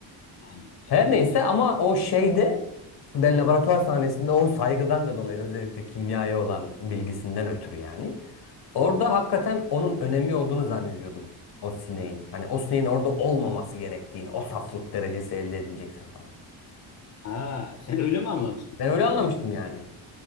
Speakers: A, on the left (about 35°); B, on the left (about 55°).
A: Yani
B: Her
A: evet.
B: neyse ama o şeyde ben laboratuvar sahnesinde o saygıdan da dolayı özellikle kimyaya olan bilgisinden ötürü yani. Orada
A: Hı hı.
B: hakikaten onun önemi olduğunu zannediyordum. O sineğin. Hani o sineğin orada olmaması gerektiğini. O saflık derecesi elde edilecekse falan.
A: Ha, sen öyle mi anlamıştın?
B: Ben öyle anlamıştım
A: Hı.
B: yani.